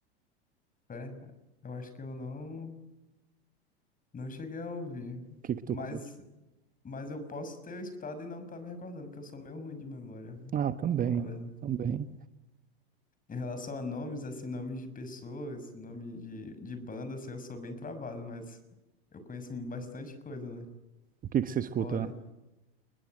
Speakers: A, on the left (about 25°); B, on the right (about 25°).
A: É, eu acho que eu não, não cheguei a ouvir.
B: que que
A: Mas
B: tu curte?
A: Mas eu posso ter escutado e não tá me recordando, que eu sou meio ruim de memória,
B: Ah, também,
A: pra falar a verdade.
B: também.
A: Em relação a nomes, assim, nomes de pessoas, nome de, de banda, assim, eu sou bem travado, mas eu conheço bastante coisa, né?
B: O que que você escuta?
A: Porém,